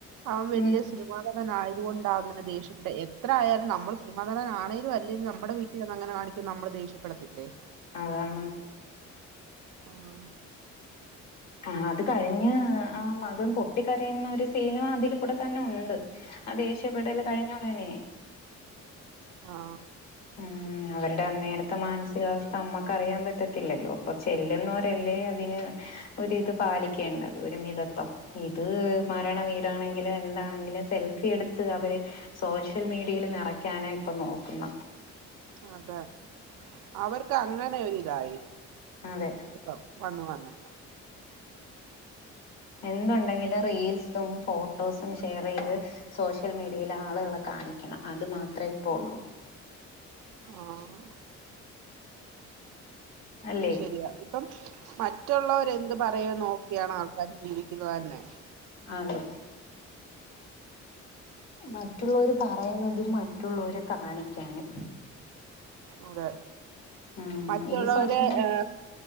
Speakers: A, on the right; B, on the left.
A: അവൻ വല്ല്യേ
B: ഉം
A: സിനിമാ നടൻ ആയത്കൊണ്ട് ണ്ടാ അങ്ങനെ ദേശ്യപെട്ടെ എ ത്രയാലും നമ്മൾ സിനിമാ നടനാ ആണേലും അല്ലേലും നമ്മടെ വീട്ടിൽ വന്ന് അങ്ങനെ കാണിക്ക് നമ്മള് ദേഷ്യപ്പെടത്തില്ലേ
B: അതാണ്
A: ആഹ്
B: ആഹ് അത് കഴിഞ്ഞ് ആ മകൻ പൊട്ടിക്കരയുന്നൊരു സീനും അതിൽ കൂടെ തന്നെ ഉണ്ട്. ആ ദേഷ്യപ്പെടൽ കഴിഞ്ഞ ഉടനേയ്
A: ആ
B: മ് അവരുടെ അന്നേരത്തെ മാനസികാവസ്ഥ മ്മക്ക്റിയാൻ പറ്റത്തില്ലല്ലോ അപ്പൊ ചെല്ലുന്നവരല്ലേ അതിന് ഒരിത് പാലിക്കേണ്ടത് ഒരു മിതത്വം ഇത് മരണ വീടാണെങ്കിലും എന്താണെങ്കിലും സെൽഫി എടുത്ത് അവര് സോഷ്യൽ മീഡിയൽ നിറയ്ക്കാനാ ഇപ്പൊ നോക്കുന്ന
A: അതെ അവർക്ക് അങ്ങനെ ഒരിതായി
B: അതെ
A: ഇപ്പം വന്ന് വന്ന്
B: എന്തുണ്ടെങ്കിലും റീൽസും ഫോട്ടോസും ഷെയർ ചെയ്ത് സോഷ്യൽ മീഡിയയിൽ ആള്കളെ കാണിക്കണം അതു മാത്രേ ഇപ്പോള്ളൂ
A: ആഹ്
B: അല്ലേ
A: അത് ശരിയാ ഇപ്പം മറ്റുള്ളവര് എന്ത് പറയോ നോക്കിയാണ് ആൾക്കാ ജീവിക് ക്കുന്നത് തന്നെ
B: അതെ മറ്റുള്ളോര് പറയണത് മറ്റുള്ളോരെ കാണിക്കാന്
A: അതെ
B: ഉം
A: മറ്റുള്ളവരെ
B: ഈ സോഷ്യൽ മീ
A: ഏ